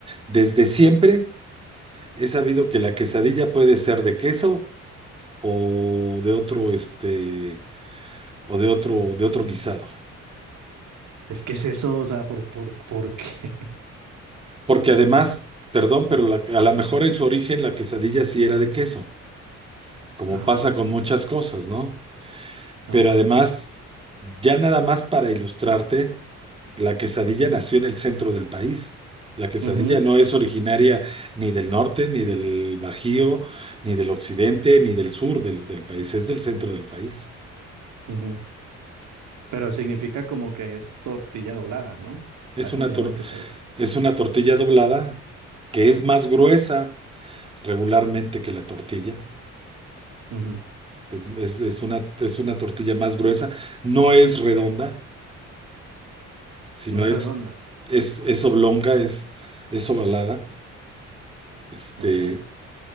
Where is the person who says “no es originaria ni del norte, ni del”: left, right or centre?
Right